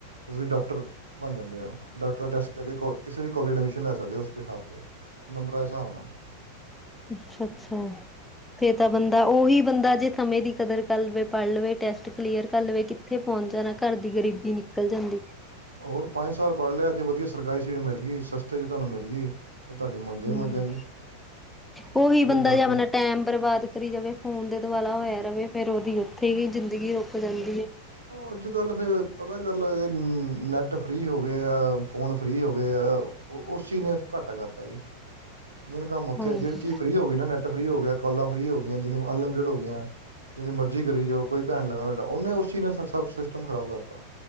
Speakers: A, on the right; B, in the centre.
A: ਤੁਸੀਂ ਡਾਕਟਰ ਬਣ ਜਾਂਦੇ ਆ ਡਕਟਰ ਦਾ ਟੈਸਟ ਕਿਸੇ ਵੀ ਕੋਲਜ ਐਡਮਿਸ਼ਨ ਲੈ ਸਕਦੇ <unintelligible> ਨੰਬਰਾਂ ਦੇ ਹਿਸਾਬ ਨਾਲ
B: ਅੱਛਾ ਅੱਛਾ, ਫੇਰ ਤਾਂ ਬੰਦਾ ਉਹੀ ਬੰਦਾ ਜੇ ਸਮੇ ਦੀ ਕਦਰ ਕਰ ਲਵੇ ਪੜ੍ਹ ਲਵੇ ਟੈਸਟ ਕਲੀਅਰ ਕਰ ਲਵੇ। ਉੱਥੇ ਪਹੁੰਚ ਜਾਣਾ ਘਰ ਦੀ ਗਰੀਬੀ ਨਿਕਲ ਜਾਂਦੀ
A: ਹੋਰ ਪੰਜ ਸਾਲ ਪੜ੍ਹ ਲਿਆ ਅਜੇ ਵਧੀਆ ਸਰਕਾਰੀ ਸੀਟ ਮਿਲ ਗਈ ਸਸਤੇ ਚ ਤੁਹਾਨੂੰ ਮਿਲ ਗਈ। ਤੇ ਤੁਹਾਡੀ ਮੌਜੇ ਈ
B: ਹਮ
A: ਮੌਜਾ ਜੀ
B: ਉਹੀ
A: ਕਦੇ
B: ਬੰਦਾ
A: ਡਾਕਟਰ
B: ਜੇ ਆਪਣਾ ਟੈਮ ਬਰਬਾਦ ਕਰੀ ਜਾਵੇ ਫੋਨ ਦੇ ਦੁਆਲਾ ਹੋਇਆ ਰਹੇ ਫੇਰ ਉਹਦੀ ਉਥੇ ਹੀ ਜ਼ਿੰਦਗੀ ਰੁਕ ਜਾਂਦੀ ਐ।
A: ਅੱਜ ਕੱਲ ਫਿਰ ਪਤਾ ਚੱਲ ਆ ਜੇ ਨੈਟ ਫ੍ਰਰੀ ਹੋ ਗਏ ਆ ਫੋਨ ਫ੍ਰੀ ਹੋ ਗਏ ਆ। ਉਸ ਚੀਜ ਨੇ ਘੱਟਾ ਕਰਤਾ ਜੀ।
B: <inaudible>
A: ਮੇਨ ਕੰਮ ਉਥੇ
B: ਹਾਂਜੀ
A: ਆ ਜਿਹੜੀ ਚੀਜ਼ ਫ੍ਰੀ ਹੋ ਗਈ ਨੈਟ ਫ੍ਰੀ ਹੋ ਗਿਆ ਕਾਲਾਂ ਫ੍ਰੀ ਹੋ ਗਿਆਂ ਜਿਵੇ ਅਨਲਿਮਟਿਡ ਹੋ ਗਈਆਂ। ਜਿੰਨੀ ਮਰਜ਼ੀ ਕਰੀ ਜਾਓ <unintelligible> ਉਹ ਨੇ ਉਸ ਚੀਜ਼ ਨੇ ਸਭ ਸਿਸਟਮ ਖਰਾਬ ਕਰਤਾ,